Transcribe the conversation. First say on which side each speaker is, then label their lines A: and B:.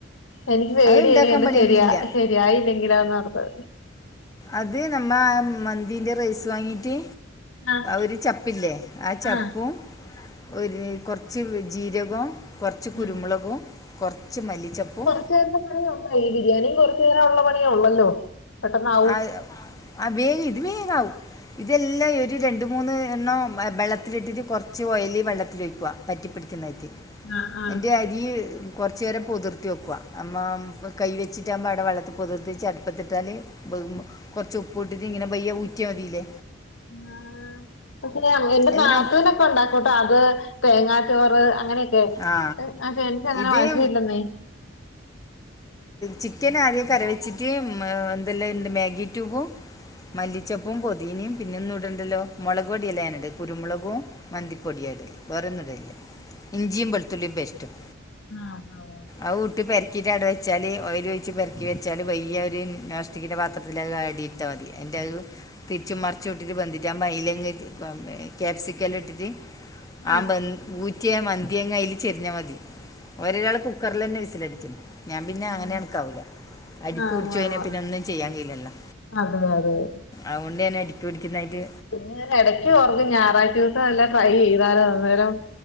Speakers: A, on the left; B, on the left.
A: എനിക്ക് പേടിയാ
B: അത് ഉണ്ടാക്കാൻ
A: ഇനി
B: പണിയൊന്നുമില്ല
A: ശരിയാ ശരിയായില്ലെങ്കിലോ എന്നോർത്ത്.
B: അത് നമ്മ മന്തിന്റെ റൈസ് വാങ്ങീട്ട്?.
A: ആഹ്
B: ഒരു ചപ്പില്ലേ ആ ചപ്പും.
A: ആഹ്
B: ഒരു കുറച്ച് ജീരകവും, കുറച്ച് കുരുമുളകു,
A: ഉം
B: കുറച്ച് മല്ലിച്ചെപ്പും.
A: കുന്ത പണിയ ഉള്ള ഈ ബിരിയാണിയും കുറച്ചു നേരം ഉള്ള പണിയ ഉള്ളല്ലോ?. പെട്ടെന്നാവും
B: ആ ആ വേഗ ഇത് വേഗാവവും ഇതെല്ലാം ഒരു രണ്ടും. മൂന്ന് എണ്ണം വെള്ളത്തിലിട്ടിട്ട് കുറച്ച് ഓയില് വെള്ളത്തിൽ ഒഴിയ്ക്കുക. പറ്റിപ്പിടിക്കുന്നായിട്ട്,
A: ആഹ് ആഹ്
B: എന്റെ അരി കുറച്ചു നേരം പുതിർത്തി വയ്ക്കുക, നമ്മ കൈ വെച്ചിട്ടാകുമ്പോ അവിടെ വെള്ളത്തി പുതിർത്തി ച പ്പത്തിട്ടാല് കുറച്ച് ഉപ്പ് ഇട്ടിട്ട് ഇങ്ങനെ ബയ്യ ഊറ്റാ മതില്ലേ?.
A: ആ പക്ഷെ എന്റെ
B: എല്ലാം
A: നാത്തുവിനൊക്കെ ഉണ്ടാക്ക ക്കോട്ട അത് തേങ്ങാ ചോറ് അങ്ങനെയൊക്കെ
B: ആ
A: എനിച്ചങ്ങനെ
B: ഇത്
A: വശമില്ലെന്നേ.
B: ചിക്കൻ ആദ്യം കറി വച്ചിട്ട് എന്തല്ല മാഗി ട്യൂബും. മല്ലിച്ചപ്പും. പൊതീനയും, പിന്നെ ഒന്ന ഇടണ്ടല്ലോ. മുളക് പൊടിയല്ലേ കുരുമുളകും, മന്തിപ്പൊടിയ ഇടൽ, വേറൊന്നും ഇടില്ല. ഇഞ്ചിയും വെളുത്തുള്ളിയും പെസ്റ്റും.
A: ആഹ് ആഹ്
B: ഔ കൂട്ടി പെര ക്കീട്ടവടെ വെച്ചാല് ഓയിലൊയ്ച്ച് പെറക്കി വെച്ചാല് പയ്യെവര് ഒ നോസ്ടിക്കിൻ്റെ പാത്രത്തില് അ അടി ത്ത മതി എന്റെ അവ് തിരിച്ചും മറിച്ചും ഇട്ടിട്ട് വെന്തിട്ട് അയ്ലങ്ങ് ക്യാപ്സിക്കല് ഇട്ടിട്ട് ആബെ
A: ആഹ്
B: ഊറ്റിയ മന്തി അങ്ങ് അയ്ല് ചെരിഞ്ഞ മതി ഓരൊരാള് കുക്കറിലന്നെ വിസിലടിച്ചണെ ഞാൻ പിന്നെ അങ്ങനെ
A: ഉം
B: അണക്കാവില്ല അടിപ്പ്
A: ആഹ്
B: പിടിച്ചോയ്ന
A: ഉവ്വ് ഉവ്വ്
B: പിന്നെ ഒന്നും ചെയ്യാ കയ്യില്ലല്ലോ
A: അതെ അതെ
B: അവ്വൊണ്ട് ഞാൻ അടിക്ക് പിടിക്കുന്നായിട്ട്
A: പിന്നെഞാ എടക്ക് ഓർക്കും ഞായറാഴ്ചൂസം എല്ലാം ട്രൈ ചെയ്താലൊ അന്നേരം